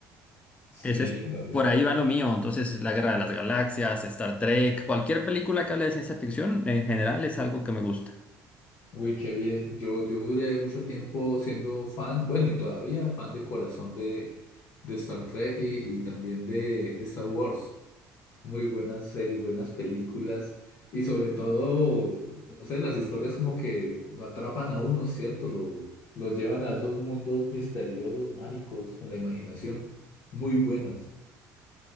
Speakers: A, on the left (about 55°); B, on the left (about 20°).
A: Sí,
B: Ese es,
A: no,
B: por ahí va lo mío. Entonces, La Guerra de las Galaxias, Star Trek, cualquier película que hable de ciencia ficción, en general es algo que me gusta.
A: Uy, qué bien. Yo, yo duré mucho tiempo siendo fan, bueno, y todavía fan de corazón de, de Star Trek y, y también de, de Star Wars. Muy buenas series, buenas películas y sobre todo, no sé, las historias como que lo atrapan a uno, ¿cierto? Lo, lo llevan a esos mundos misteriosos, mágicos, con la imaginación. Muy buenas.